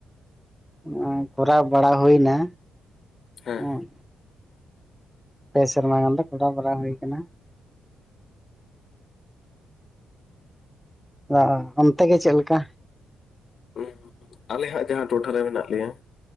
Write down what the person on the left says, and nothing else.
ᱦᱮᱸ
ᱩᱸ ᱟᱞᱮ ᱦᱟᱸᱜ ᱡᱟᱦᱟᱸ ᱴᱚᱴᱷᱟ ᱨᱮ ᱢᱮᱱᱟᱜ ᱞᱮᱭᱟ,